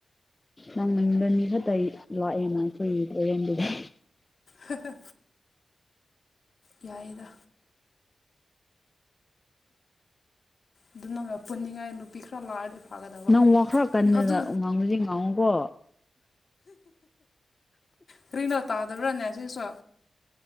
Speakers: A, on the left (about 20°); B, on the left (about 55°).
A: ꯅꯪꯃꯗꯅꯤ ꯈꯛꯇ ꯂꯥꯛꯑꯦꯅ ꯑꯩꯈꯣꯏ ꯂꯔꯦꯟꯗꯨꯗ
B: ꯍ ꯌꯥꯌꯥꯦꯗ ꯑꯗꯨ ꯅꯪ ꯄꯨꯅꯤꯡꯉꯥꯏ ꯅꯨꯄꯤ ꯈꯔ ꯂꯥꯛꯑꯗꯤ ꯐꯒꯗꯕ
A: ꯅꯪ ꯋꯥꯈꯔ ꯀꯟꯅꯗꯅ
B: ꯑꯗꯨ
A: ꯉꯥꯡꯕꯁꯦ ꯉꯥꯡꯉꯨꯀꯣ
B: ꯀꯔꯤꯅꯣ ꯇꯥꯗꯕ꯭ꯔꯥꯅꯦ ꯁꯤꯁꯨ